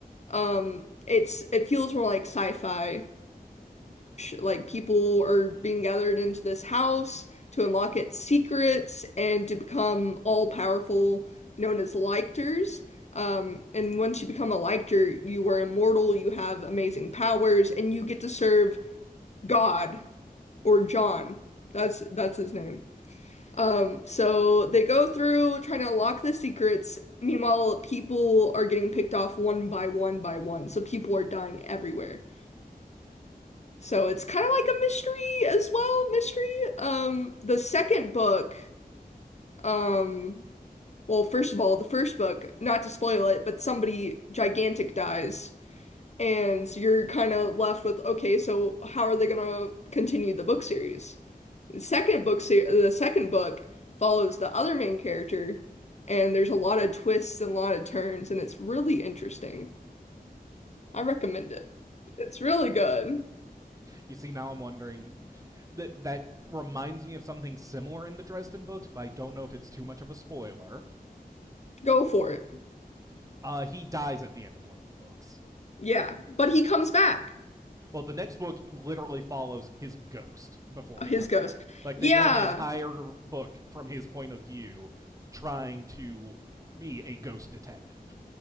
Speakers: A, on the left; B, on the right.
A: um, it's it feels more like sci-fi-ish. Like people are being gathered into this house to unlock its secrets and to become all-powerful, known as Lictors. Um, and once you become a Lictor, you are immortal, you have amazing powers, and you get to serve God or John. That's that's his name. Um, so they go through trying to unlock the secrets. Meanwhile, people are getting picked off one by one by one. So people are dying everywhere. So it's kind of like a mystery as well, mystery. Um, the second book, um, well, first of all, the first book, not to spoil it, but somebody gigantic dies. And so you're kind of left with, okay, so how are they gonna continue the book series? The second book se the second book follows the other main character, and there's a lot of twists and a lot of turns, and it's really interesting. I recommend it. It's really good.
B: You see, now I'm wondering that that reminds me of something similar in the Dresden books, but I don't know if it's too much of a spoiler.
A: Go for it.
B: Uh, he dies at the end of one of the books.
A: Yeah, but he comes back.
B: Well, the next book literally follows his ghost before he
A: His
B: comes
A: ghost.
B: back. Like
A: Yeah.
B: they have an entire book from his point of view trying to be a ghost detective.